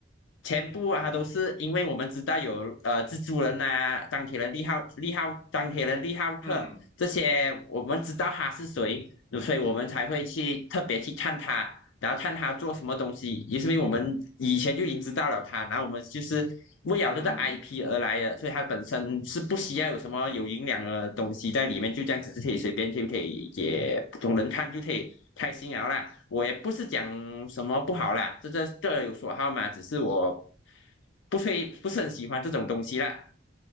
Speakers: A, on the left; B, on the left.
A: 全部啊都是因为我们知道有呃蜘蛛人啊、钢铁人利浩利浩钢铁人利浩克这些，
B: 嗯
A: 我们知道他是谁，所以我们才会去特别去看他。然后看他做什么东西，也是因为我们以前就已经知道了他，然后我们就是为了这个
B: 嗯嗯嗯，
A: IP 而来的，所以他本身是不需要有什么有营养的东西在里面，就这样子是可以随便就可以也普通人看就可以开心了啦。我也不是讲什么不好啦，这这各有所好嘛，只是我不会不是很喜欢这种东西啦。